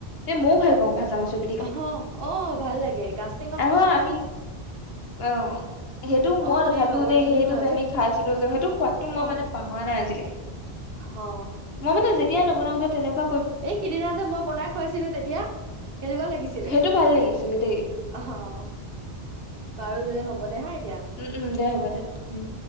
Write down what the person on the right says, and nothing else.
অ-অ ভাল লাগে গছ
অ
এই লগৰ
জনীৰ
ঘৰত
অ
অ
এই সিদিনা যে মই বনাই খুৱাইছিলো তেতিয়া কেনেকুৱা লাগিছিলে
অ অ বাৰু দে হ'ব দে হা এতিয়া